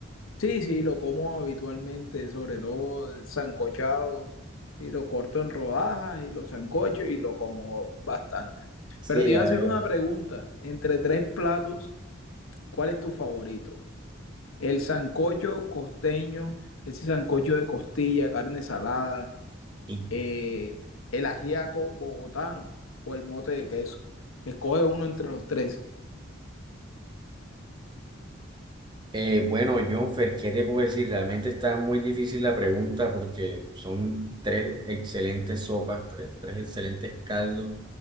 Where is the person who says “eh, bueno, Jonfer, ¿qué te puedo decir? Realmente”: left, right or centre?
Right